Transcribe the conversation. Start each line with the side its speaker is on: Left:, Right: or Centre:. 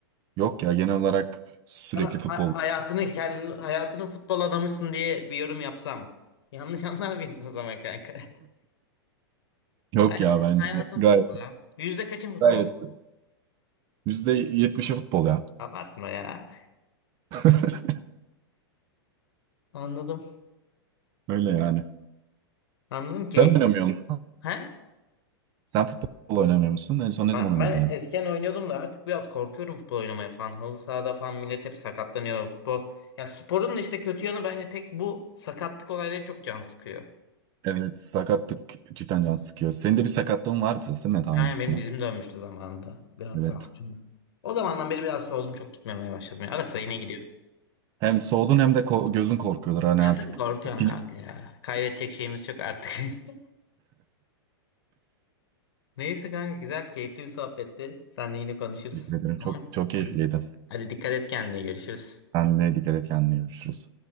Right: Yok ya genel olarak sürekli
Left: Sana
Right: futbol.
Left: ha- hayatını kendini hayatının futbol adamısın diye bir yorum yapsam yanlış anlar mıydın o zaman kanka? <laughs>
Right: Yok
Left: Hayatın,
Right: ya bence.
Left: hayatın
Right: Gayet.
Left: futbolu. ha. Yüzde kaçın futbol?
Right: Gayet. %70'i futbol ya.
Left: Abartma ya.
Right: <laughs>
Left: Anladım.
Right: Öyle yani.
Left: Anladım
Right: Sen
Left: ki.
Right: oynamıyor musun?
Left: He?
Right: Sen futbol oynamıyor musun? En son ne
Left: Ben
Right: zaman
Left: ben
Right: oynadın ya
Left: eskiden
Right: da?
Left: oynuyordum da artık biraz korkuyorum futbol oynamaya falan. Halı sahada falan millet hep sakatlanıyor futbol. Ya sporun da işte kötü yanı bence tek bu sakatlık olayları çok can sıkıyor.
Right: Evet sakatlık cidden can sıkıyor. Senin de bir sakatlığın vardı değil mi daha
Left: Yani
Right: öncesinde?
Left: benim dizim dönmüştü zamanında. Galatasaray
Right: Evet.
Left: maçında. O zamandan beri biraz soğudum çok gitmemeye başladım. Ya. Ara sıra yine gidiyorum.
Right: Hem soğudun hem de ko- gözün korkuyorlar. Hani
Left: Ya
Right: artık
Left: tabii korkuyorum
Right: film
Left: kanka ya. Kaybedecek şeyimiz çok artık. <laughs> Neyse kanka güzel keyifli bir sohbetti. Seninle yine konuşuruz.
Right: teşekkür ederim.
Left: Tamam.
Right: Çok çok keyifliydi.
Left: Hadi, hadi dikkat et kendine görüşürüz.
Right: Sen de dikkat et kendine görüşürüz.